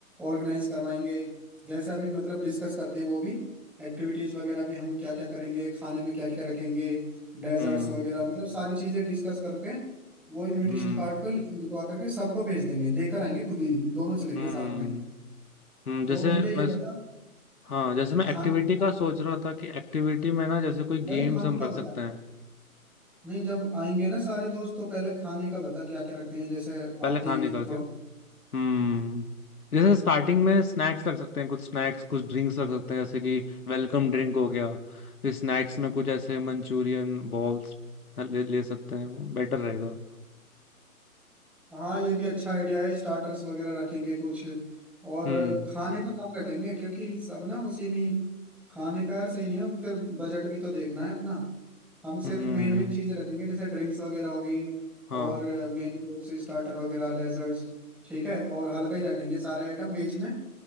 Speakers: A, in the centre; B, on the left (about 75°).
A: ऑर्गेनाइज करवाएंगे जैसे अभी मतलब डिस्कस करते हैं वो भी एक्टिविटीज वगैरह भी हम क्या क्या करेंगे खाने में क्या क्या रखेंगे डेजर्ट्स
B: हम्म
A: वगैरह मतलब सारी चीजें डिस्कस करके वो इनविटेशन
B: हम्म
A: कार्ड पर लिखवा करके सबको भेज देंगे देकर आएंगे खुद ही दोनों चलेंगे
B: हम्म
A: साथ में
B: हम्म, जैसे
A: तो अब मुझे ये
B: मैं
A: बता
B: हाँ जैसे मैं
A: खाने
B: एक्टिविटी
A: के
B: का
A: बाद
B: सोच रहा था कि एक्टिविटी में ना जैसे कोई
A: पहले
B: गेम्स
A: खाने
B: हम
A: का
B: रख
A: बता
B: सकते हैं
A: नहीं जब आएंगे ना सारे दोस्त तो पहले खाने का बता क्या क्या रखते हैं जैसे
B: पहले
A: आप
B: खाने
A: ही
B: का क्या
A: थोड़ा
B: हम्म जैसे स्टार्टिंग में स्नैक्स रख सकते हैं कुछ स्नैक्स कुछ ड्रिंक्स रख सकते हैं जैसे कि वेलकम ड्रिंक हो गया फिर स्नैक्स में कुछ ऐसे मंचूरियन बॉल्स ले, ले सकते हैं वो बेटर रहेगा
A: हाँ ये भी अच्छा आइडिया है स्टार्टर्स वगैरह रखेंगे कुछ और
B: हम्म
A: खाने का कम रखेंगे क्योंकि सब ना उसी में ही- खाने का यार सही नहीं है फिर बजट भी तो देखना है अपना हम सिर्फ
B: हम्म
A: मेन मेन चीजें रखेंगे जैसे ड्रिंक्स वगैरह हो गई
B: हाँ
A: और मेन कोर्स स्टार्टर वगैरह डेजर्ट्स ठीक है और हल्का ही रखेंगे सारे आइटम वेज में